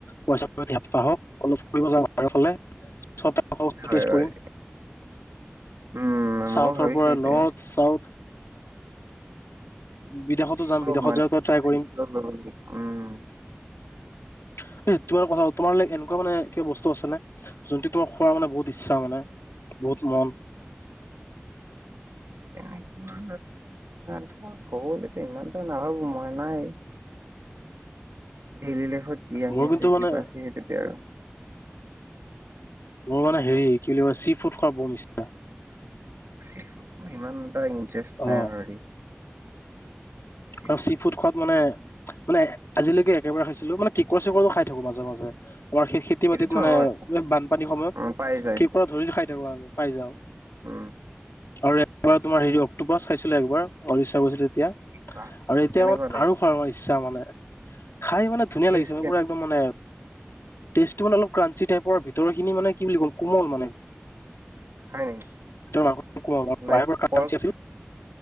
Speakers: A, on the left; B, on the right.
A: পইচা প্ৰতি সপ্তাহ হওক অলপ ফুৰিব যাও <unintelligible> ফালে। চব টাইপৰ বস্তু
B: হয়
A: টেষ্ট
B: হয়
A: কৰো।
B: উম
A: ছাউথৰ
B: ময়ো ভাবিছো
A: পৰা
B: এইটোৱে
A: নৰ্থ, ছাউথ বিদেশতো যাম
B: চব
A: বিদেশত
B: মানে
A: যাওঁতে
B: <unintelligible>
A: ট্ৰাই কৰিম
B: উম।
A: <inaudible> এ তোমাৰ কথা। তোমাৰো লাই এনেকুৱা মানে কিবা বস্তু আছেনে, যোনটো তোমাৰ খোৱাৰ মানে বহুত ইচ্ছা মানে, বহুত মন?
B: তেনেকুৱা ধৰ গ'ল এইটা ইমানটা নাভাবোঁ মই নাই ডেইলি লাইফত যি আহি
A: মোৰ
B: আছে,
A: কিন্তু
B: যি
A: মানে
B: পাইছোঁ সেইটোকে আৰু।
A: মোৰ মানে হেৰি কি বুলি কয়, চি-ফুড খোৱাৰ বম ইচ্ছা।
B: চি-ফুড, মোৰ ইমান এটা ইণ ইণ্টাৰেষ্ট
A: অ
B: নাই বাৰু, দেই চেফত
A: আৰু, চি-ফুড খোৱাত, মানে মানে, আজিলৈকে একেবাৰে খাইছিলোঁ। মানে, কেকুৰা-চেকুৰাটো খাই থাকোঁ মাজে-মাজে আমাৰ খেতি-বাতিত,
B: সেইটোতো
A: মানে,
B: হয়
A: বানপানীৰ সময়ত,
B: উম, পাই যায়
A: কেকুৰা ধৰি খাই থাকোঁ। আমি পাই যাওঁ,
B: উম
A: আৰু, এ তোমাৰ, হেৰি, অক্টোপাছ খাইছিলোঁ একবাৰ। উৰিষ্যা গৈছিলোঁ তেতিয়া
B: কোৱা।
A: আৰু এতিয়া
B: কেনেকুৱা
A: মানে
B: লাগে
A: আৰু ফৰমাইছ ছা মানে খাই মানে ধুনীয়া
B: টেষ্ট
A: লাগিছে মানে
B: কেনে
A: পুৰা একদম মানে টেজটো মানে অলপ ক্ৰাঞ্চি টাইপৰ ভিতৰখিনি মানে কি বুলি ক'ল কোমল মানে
B: হয় নেকি
A: ভিতৰত মংসৰ টুকুৰা
B: লাইক
A: বাহিৰৰ পৰা ক্ৰাঞ্চি
B: পৰ্ক
A: আছিল